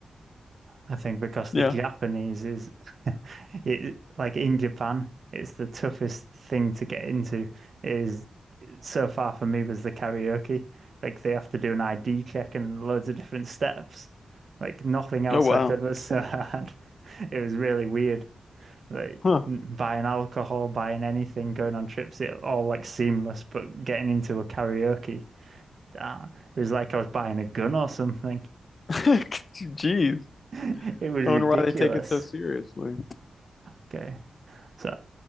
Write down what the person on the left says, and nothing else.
Yeah.
Oh, wow.
Huh.
<laughs> Jeez.
I wonder why they take it so seriously.